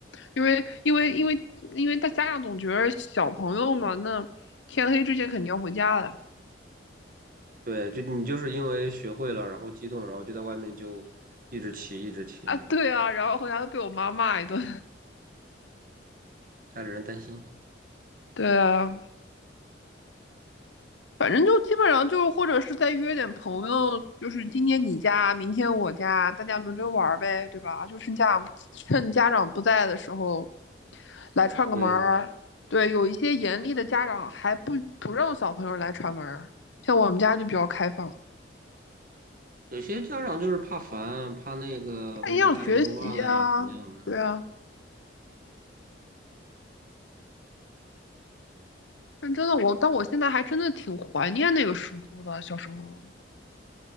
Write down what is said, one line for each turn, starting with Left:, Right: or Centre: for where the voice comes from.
Left: 因为因为因为因为大家长总觉得小朋友嘛，那天黑之前肯定要回家的
Right: 对，就你就是因为学会了，然后激动，然后就在外面就一直骑，一直骑嘛，
Left: 啊，对啊，然后回家就被我妈骂一顿，
Right: 家里人担心。
Left: <laughs> 对啊。反正就基本上就是，或者是再约点朋友，就是今天你家，明天我家，大家轮流玩儿呗，对吧？就趁家趁家长不在的时候来串个门儿。
Right: 对，
Left: 对，有一些严厉的家长还不不让小朋友来串门儿，像我们家就比较开放，
Right: 有些家长就是怕烦，怕那个或者把家里弄乱了呀，
Left: 看营养学习呀、
Right: 怎么样呢？
Left: 对啊。但真的我，但我现在还真的挺怀念那个时候的小时候。